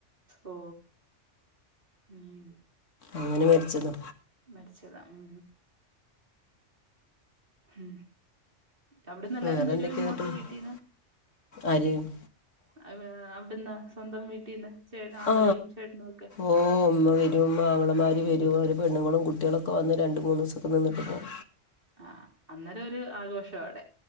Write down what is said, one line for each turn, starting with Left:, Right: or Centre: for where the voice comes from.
Right: ഓ ഉം
Left: അങ്ങനെ മരിച്ചനതാ
Right: മര്ച്ചതാ ഉ ഉ അവിടന്ന് എല്ലാരും
Left: വേറെ
Right: വരുവോ
Left: എന്തൊക്കെയാണ്
Right: ഇങ്ങോട്ട്
Left: എന്നിട്ട്
Right: വീട്ടീന്ന്
Left: ആര്
Right: അ അവിടന്താ സ്വന്തം വീട്ടീന്ന് ചേ ആങ്ങളെയും
Left: ആ
Right: ചേട്ടനും ഒക്കെ
Left: ഓ അമ്മ വരും അങ്ങളമാര് വരു പെണ്ണുങ്ങളും കുട്ടിയളൊക്കെ വന്ന് രണ്ട് മൂന്ന് ദിവസൊക്കെ നിന്നട്ട് പോവും
Right: ആ അന്നേര ഒരു ആഘോഷം അവിടെ